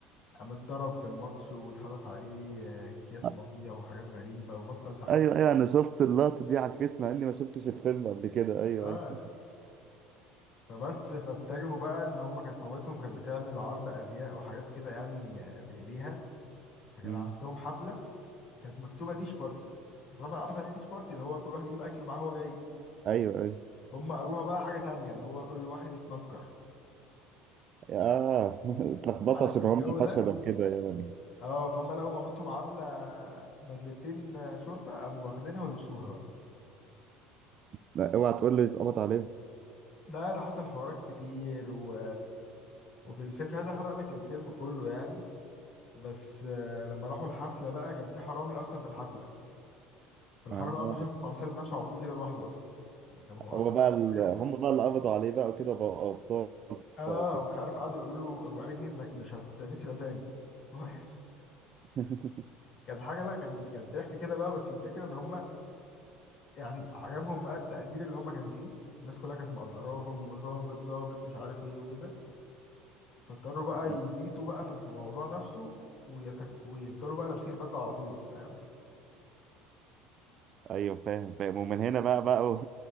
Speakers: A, on the left (about 60°); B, on the right (about 45°).
A: قام اتضرب في الماتش واتحدف عليه آه، اكياس
B: <laughs>
A: ميه وحاجات غريبة وبطل تحكيم
B: ايوه ايوه انا شفت اللقطه دي على الفيس مع اني ما شفتش الفيلم قبل كده ايوه
A: اه
B: ايوه
A: فبس فاتجهوا بقى ان هما كانت مامتهم كانت بتعمل عرض ازياء وحاجات كده يعني آه، بايديها فكان
B: مم.
A: عندهم حفله كانت مكتوبه ديش بارتي انت طبعا عارف يعني ايه ديش بارتي اللي هو كل واحد يجيب اكل معاه هو جاي
B: ايوه ايوه
A: هم قروها بقى حاجه تانية اللي هو كل واحد يتنكر
B: اه <laughs> اتلخبطوا
A: عارف
B: عشان
A: الجو
B: هم
A: ده
B: فشلوا كده يعني
A: اه فهم لقوا مامتهم عامله بدلتين شرطه قاموا واخدينها ولبسوها بقى
B: لا اوعى تقول لي اتقبض عليهم
A: ده ده حصل حوارات كتير و... وفي الفيلم مش عايز احرق لك الفيلم كله يعني بس آه، لما راحوا الحفله بقى كان في حرامي اصلا في الحفله فالحرامي
B: آه.
A: اول ما شافه قام سلم نفسه على طول كده لوحده اصلا يعني كان هو
B: هو
A: اصلا
B: بقى
A: ما عملش
B: ال...
A: حاجة
B: هم بقى اللي قبضوا عليه بقى وكده بقى ابطال
A: اه
B: بقى وكده
A: ومش عارف قعدوا يقولوا له وعدني انك مش هتسرق تاني <laughs>
B: <laughs>
A: كانت حاجه لا كان كانت ضحك كده بقى بس الفكره ان هم يعني عجبهم بقى التقدير اللي هم كانوا فيه الناس كلها كانت مقدراهم وظابط ظابط مش عارف ايه وكده فاضطروا بقى
B: مم.
A: يزيطوا بقى في الموضوع نفسه ويتك... ويفضلوا بقى لابسين البدله على طول فاهم
B: ايوه فاهم فاهم ومن هنا بقى بقى